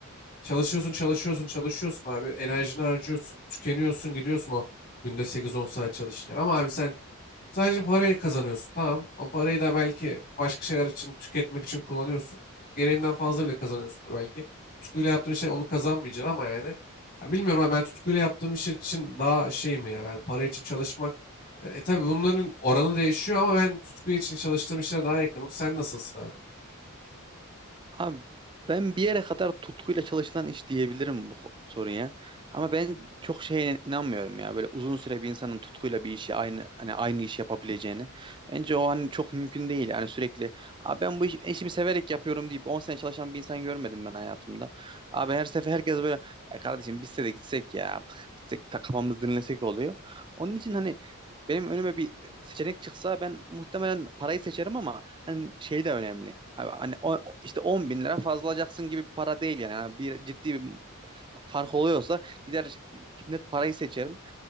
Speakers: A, on the left; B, on the right.
A: Çalışıyorsun çalışıyorsun çalışıyorsun abi enerjini harcıyorsun tükeniyorsun gidiyorsun o günde sekiz on saat çalışırken ama abi sen Sadece parayı kazanıyorsun. Tamam. O parayı da belki başka şeyler için tüketmek için kullanıyorsun. Gereğinden fazla bile kazanıyorsundur belki. Tutkuyla yaptığın şey onu kazanmayacaksın ama yani. Ya bilmiyorum ama ben tutkuyla yaptığım iş için daha şey mi ya ben para için çalışmak. E, e, tabii bunların oranı değişiyor ama ben tutku için çalıştığım işlere daha yakınım. Sen nasılsın abi?
B: Abi ben bir yere kadar tutkuyla çalışılan iş diyebilirim bu soruya. Ama ben çok şeye inanmıyorum ya. Böyle uzun süre bir insanın tutkuyla bir işi aynı hani aynı iş yapabileceğini. Bence o hani çok mümkün değil. Yani sürekli Abi ben bu işi, işimi severek yapıyorum deyip 10 sene çalışan bir insan görmedim ben hayatımda. Abi her sefer herkes böyle ya kardeşim biz de gitsek ya artık gitsek ta kafamızı dinlesek oluyor. Onun için hani benim önüme bir seçenek çıksa ben muhtemelen parayı seçerim ama hani şey de önemli. Abi Hani o, işte 10 bin lira fazla alacaksın gibi bir para değil yani. Yani bir ciddi bir fark oluyorsa gider net parayı seçerim.